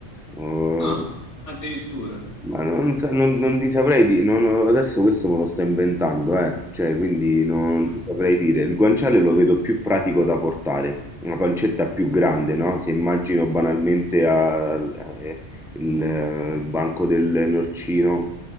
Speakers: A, in the centre; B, on the left.
A: Eh,
B: Ah, addirittura.
A: ma non, sa- non- non ti saprei dire, adesso questo me lo sto inventando, eh. Cioè, quindi non
B: Mm.
A: ti saprei dire. Il guanciale lo vedo più pratico da portare, una pancetta più grande, no? Se immagino banalmente a- a- eh, il, eh, il banco del norcino